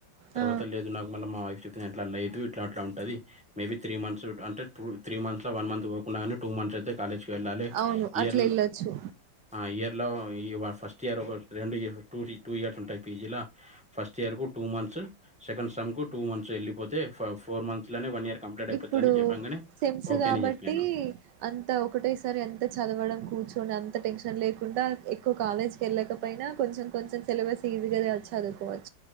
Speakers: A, in the centre; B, on the right (about 70°).
A: తర్వాత
B: ఆ
A: లేదు నాకు మళ్ళీ మా వైఫ్ చె అట్లా లేదు ఇట్లా అట్లా ఉంటది మేబి త్రీ మంత్స్ అంటే two three months one month పోకుండాగానే టూ మంత్స్ అయితే కాలేజ్కి వెళ్ళాలి
B: అవును అట్లా
A: ఇయర్
B: ఎళ్ళొచ్చు
A: ఆ ఇయర్ లో ఈ ఫస్ట్ ఇయర్ ఒక రెండు ఇయ టూ టూ ఇయర్స్ ఉంటాయి పిజీ లో ఫస్ట్ ఇయర్ కు టూ మంత్స్ సెకండ్ సెమ్ కు టూ మంత్స్ వెళ్ళిపోతే ఫో ఫోర్ మంత్స్ లోనే వన్ ఇయర్ కంప్లీట్ అయిపోతుందని
B: ఇప్పుడు
A: చెప్పంగానే
B: సెమ్స్
A: ఓకే
B: కాబట్టి
A: అని చెప్పాను.
B: అంత ఒకటో సారి అంత చదవడం కూర్చొని అంత టెన్షన్ లే కాకుండా ఎక్కువ కాలేజ్కి వెళ్ళకపోయినా కొంచెం కొంచెం సిలబస్ ఈజీగా చదువుకోవాలి